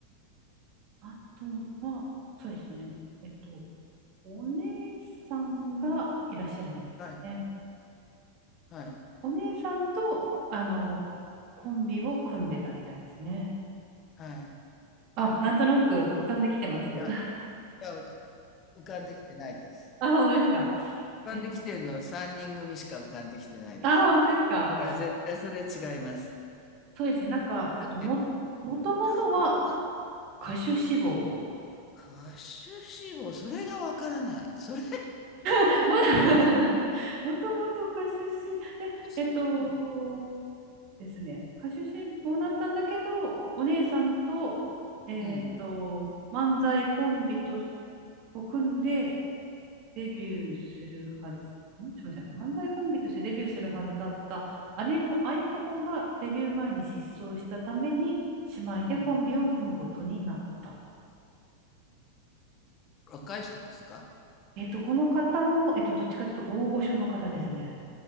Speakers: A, on the right (about 40°); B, on the left (about 30°).
A: あとは、そうですね。えっと、お姉さんがいらっしゃるみたいですね。
B: はい、はい、
A: お姉さんと、あの、コンビを組んでたみたいですね。
B: はい。
A: あ、なんとなく浮かんできてます。
B: いや、
A: <laughs>
B: いや、浮かんできてないです。
A: あ、本当ですか。
B: 浮かんできてるのは3人組しか浮かんできてないです。
A: えーあ、本当ですか。
B: だから絶対それは違います。
A: そうですね。なんか、えっと、も、
B: え
A: もともとは
B: 歌、歌、
A: 歌手志望。
B: 歌手志望、それがわからない。それが
A: <laughs> まあ、<laughs>
B: 歌
A: もともと歌手志望、でえっと
B: 手志望。
A: ですね、歌手志望だったんだけど、お姉さんと、えっと、
B: うん、
A: 漫才コンビとしを組んでデビューするはず、んすみませんね、漫才コンビとしてデビューするはずだった姉の相方がデビュー前に失踪したために、姉妹でコンビを組むことになった。
B: うん。若い人ですか
A: えっと、この方も、えっと、どっちかというと大御所の方ですね。